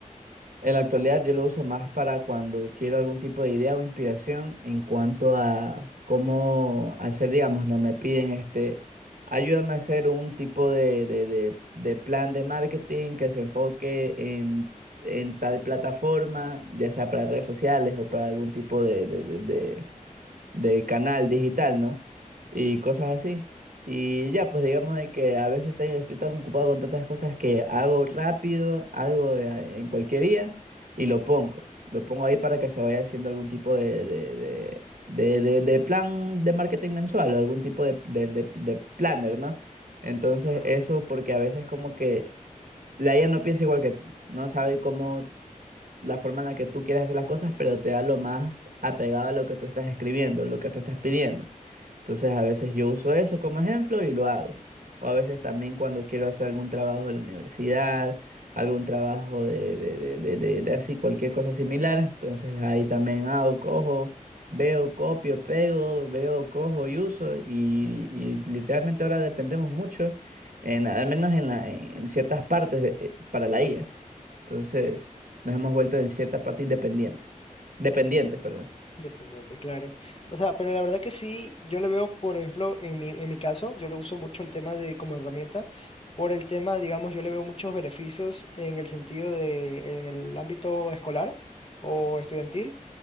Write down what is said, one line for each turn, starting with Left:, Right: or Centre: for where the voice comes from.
Right: en la actualidad, yo lo uso más para cuando quiero algún tipo de idea o inspiración en cuanto a cómo hacer, digamos, no me piden este, ayúdame a hacer un tipo de, de, de, de plan de marketing que se enfoque en, en tal plataforma, ya sea para redes sociales o para algún tipo de, de, de, de de canal digital, ¿no? Y cosas así. Y ya, pues digamos de que a veces estoy, estoy tan ocupado con tantas cosas que hago rápido, algo de- en cualquier día y lo pongo. Lo pongo ahí para que se vaya haciendo algún tipo de, de, de, de, de- de plan de marketing mensual o algún tipo de, de, de, de planner, ¿no? Entonces
Left: Ajá.
Right: eso porque a veces como que la IA no piensa igual que tú, no sabe cómo la forma en la que tú quieres hacer las cosas, pero te da lo más apegado a lo que tú estás escribiendo, lo que tú estás pidiendo. Entonces, a veces yo uso eso como ejemplo y lo hago. O a veces también cuando quiero hacer algún trabajo de la universidad, algún trabajo de, de, de, de, de- de así, cualquier cosa similar. Entonces, ahí también hago, cojo, veo, copio, pego, veo, cojo y uso. Y, y literalmente ahora dependemos mucho, en, al menos en, la, en ciertas partes de- eh, para la IA. Entonces, nos hemos vuelto en cierta parte independientes. Dependientes, perdón.
Left: Dependiente, claro. O sea, pero la verdad que sí, yo le veo, por ejemplo, en mi, en mi caso, yo lo uso mucho el tema de como herramienta, por el tema, digamos, yo le veo muchos beneficios en el sentido de, en el ámbito escolar o estudiantil.